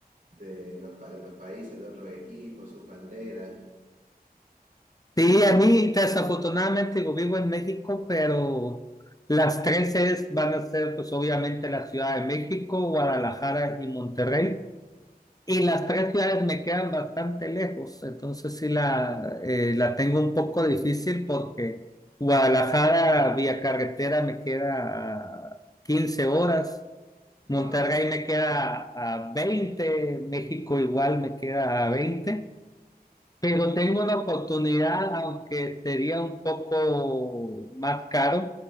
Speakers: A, on the right; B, on the left.
A: de los, pa- los países, de otros equipos, sus banderas.
B: Sí, a mí desafortunadamente digo, vivo en México, pero las tres sedes van a ser pues obviamente la Ciudad de México, Guadalajara y Monterrey. Y las tres ciudades me quedan bastante lejos, entonces sí la, eh, la tengo un poco difícil porque Guadalajara vía carretera me queda a 15 horas,
A: ¡Wow!
B: Monterrey me queda a 20, México igual me queda a 20. Pero tengo una oportunidad, aunque sería un poco más caro,